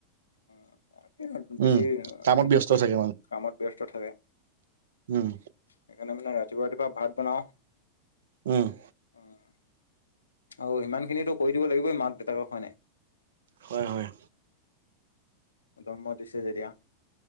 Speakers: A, on the left (about 75°); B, on the right (about 60°).
A: অ'। <unintelligible>
B: উম। কামত ব্যস্ত চাগে মানে
A: কামত ব্যস্ত থাকে।
B: উম
A: সেইকাৰণে মানে ৰাতিপুৱা ৰাতিপুৱা ভাত বনাওঁ।
B: উম'।
A: অ'। আৰু সিমান খিনিতো কৰি দিব লাগিবই, মাক-দেউতাকক হয় নাই।
B: হয় হয়।
A: জন্ম দিছে যেতিয়া।